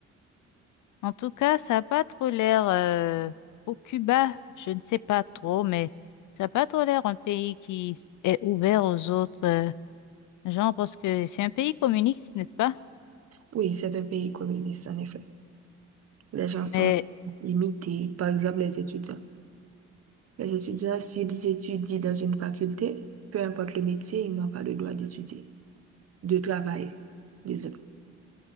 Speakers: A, on the left (about 75°); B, on the right (about 55°).
A: En tout cas, ça n'a pas trop l'air... euh, Au Cuba, je ne sais pas trop, mais ça n'a pas trop l'air un pays qui s- est ouvert aux autres euh, gens, parce que c'est un pays communiste, n'est-ce pas?
B: Oui, c'est un pays communiste, en effet. Les gens sont
A: Mais,
B: limités, par exemple les étudiants. Les étudiants, s'ils étudient dans une faculté, peu importe le métier, ils n'ont pas le droit d'étudier. de travail. Désolé.